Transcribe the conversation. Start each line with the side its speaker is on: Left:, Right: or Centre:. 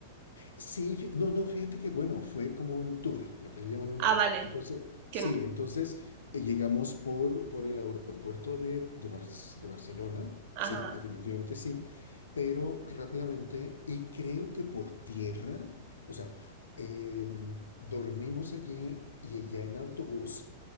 Left: Sí, fí- no, no, fíjate que bueno, fue como un tour, lo que le llaman un
Right: Ah,
Left: tour.
Right: vale.
Left: Entonces,
Right: Que
Left: sí,
Right: en-
Left: entonces eh, llegamos por, por el aeropuerto de, de, Bar- de Barcelona,
Right: Ajá.
Left: sí, definitivamente sí, pero rápidamente, y creo que por tierra, o sea, em, dormimos allí y ya en autobús